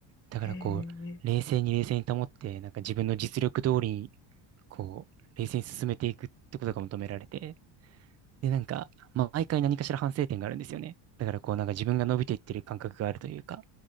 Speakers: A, on the right; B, on the left.
A: だからこう、
B: ええええ
A: 冷静に冷静に保って、なんか自分の実力通りに、こう、冷静に進めていくってことが求められて、で、なんか、まあ、毎回何かしら反省点があるんですよね。だからこう、なんか自分が伸びていってる感覚があるというか、